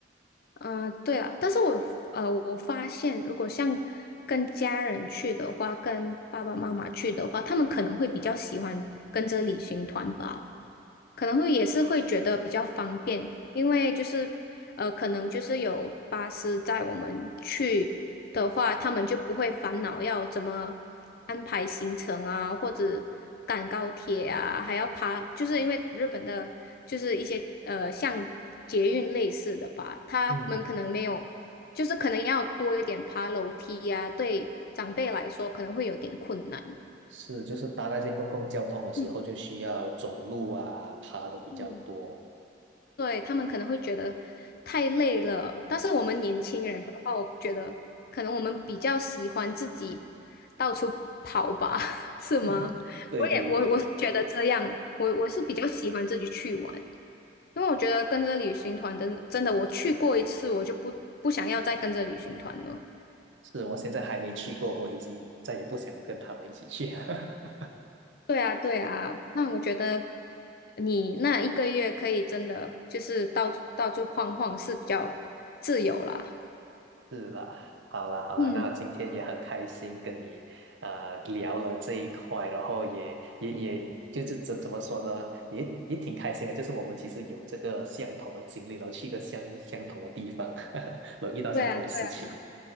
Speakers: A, on the left (about 55°); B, on the right (about 75°).
A: 嗯，对了，但是我呃，我发现如果像跟家人去的话，跟爸爸妈妈去的话，他们可能会比较喜欢跟着旅行团吧。可能会也是会觉得比较方便，因为就是呃，可能就是有巴士载我们去的话，他们就不会烦恼要怎么安排行程啊，或者赶高铁啊，还要爬，就是因为日本的就是一些呃像捷运类似的吧，他们可能没有，
B: 嗯，
A: 就是可能要多一点爬楼梯呀、对长辈来说可能会有点困难。
B: 是，就是搭那些公共交通的时候，
A: 嗯
B: 就需要走路啊，爬的比较多。
A: 嗯，对，他们可能会觉得太累了，但是我们年轻人的话，我觉得可能我们比较喜欢自己到处跑吧，<laughs> 是吗？
B: <laughs> 对对对，
A: 我也我我是觉得这样，我我是比较喜欢自己去玩，因为我觉得跟着旅行团真的真的，我去过一次，我就不不想要再跟着旅行团了。
B: 是我现在还没去过，我已经再也不想要跟他们一起去。<laughs>
A: 对啊，对啊，那我觉得你那一个月可以真的就是到到处晃晃是比较自由啦。
B: 是啦，好啦，好啦，
A: 嗯，
B: 那今天也很开心跟你啊呃聊了这一块，然后也也也就是怎怎么说呢，也也挺开心的，就是我们其实有这个相同的经历，然后去一个相相同的地方，<laughs> 然后遇到相同的事情。
A: 对啊，对啊